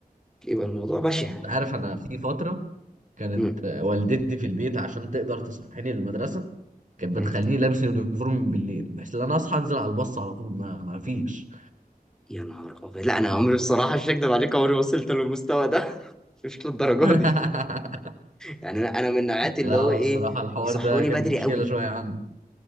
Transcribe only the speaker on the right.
انت عارف انا في فتره كانت
والدتي في البيت عشان تقدر تصحيني للمدرسه كانت
بتخليني لابس اليونيفورم من بالليل بحيث ان انا اصحى انزل على الباص على طول ما, ما فيش
<laughs>
لا
هو
الصراحه الحوار
ده كان
مشكله
شويه عندي